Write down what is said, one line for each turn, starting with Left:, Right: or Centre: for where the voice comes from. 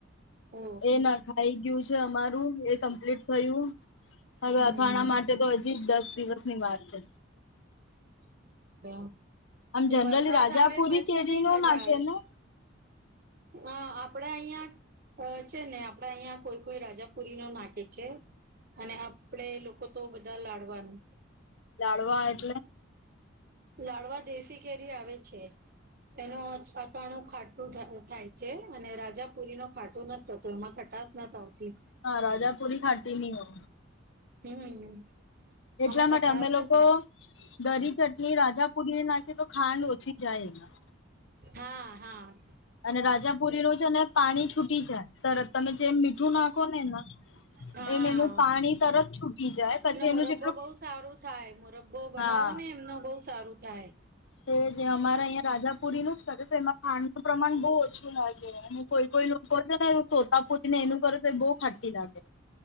Right: ઓ
Left: એ નાખાઈ ગયું છે અમારું એ કમ્પ્લીટ થયું. હવે
Right: હમ
Left: અથાણા માટે તો હજી દસ દિવસની વાત છે.
Right: <inaudible>
Left: આમ
Right: એ
Left: જનરલી
Right: વરસાદ
Left: રાજાપુરી
Right: આવે પછી
Left: કેરી
Right: નઈ
Left: નો
Right: મજા
Left: નાખે
Right: આવે
Left: ને
Right: હા. આપડા અહિયાં છે ને આપડાે અહિયાં કોઈ કોઈ રાજાપુરી નો નાકે છે. અને આપડે લોકો તો બધા લાડવાનું.
Left: જાડવા એટલે.
Right: લાડવા દેશી કેરી આવે છે. એનો પાચવાણું. ખાટું થાય છે અને રાજાપુરી ન ખાટું નથી થતો એમાં ખટશ ન હોતી.
Left: હા રાજા પુરી ખાટી નની હો.
Right: હમ.
Left: એટલા
Right: આમાં ખટાશ
Left: માટે અમે લોકો
Right: જ ને
Left: દરી ચટણી રાજાપુરીને નાખી તો ખાંડ ઓછી જાય એમાં.
Right: હા હા.
Left: અને રાજાપુરીનુંું છે ને પાણી છૂટી જાય તરત તમે જેમ મીઠું નાખો નેને
Right: હા
Left: એમ એનું પાણી તરત છૂટી જાય પછી
Right: અને
Left: એનું
Right: મુરબ્બો
Left: જેટલું
Right: બહુ સારું થાય મુરબ્બો બનાવો
Left: હા.
Right: ને એમનો બહુ સારું થાય
Left: તે જે અમારા. તાાપુરી નું જ કરે તો એમાં ખાંડ ન પ્રમાણ બહુ ઓછું લાગે અને કોઈ કોઈ લોકો છે ને સોતાપુરીને એનું કરે તો એ બહ ખાટી લાગે.